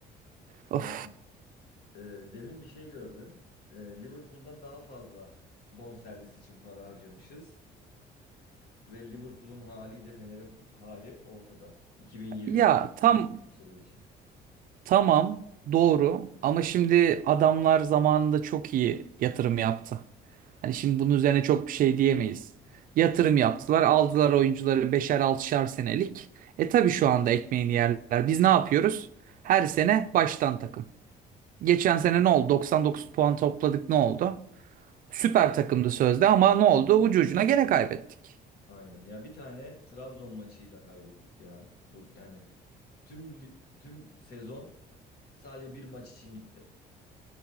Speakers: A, on the right; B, on the left.
A: Of.
B: Yani e, demin bir şey gördüm. E, Liverpool'dan daha fazla bonservis için para harcamışız. Ve Liverpool'un haliyle Fener'in hali ortada. 2024-2025
A: Ya tam
B: yılı için.
A: tamam doğru ama şimdi adamlar zamanında çok iyi yatırım yaptı. Hani şimdi bunun üzerine çok bir şey diyemeyiz. Yatırım yaptılar, aldılar oyuncuları beşer altışar senelik. E tabii şu anda ekmeğini yerler. Biz ne yapıyoruz? Her sene baştan takım. Geçen sene ne oldu? 99 puan topladık ne oldu? Süper takımdı sözde ama ne oldu? Ucu ucuna gene kaybettik.
B: Aynen. Ya bir tane Trabzon maçıyla kaybettik ya. Bu yani tüm li- tüm sezon sadece bir maç için gitti.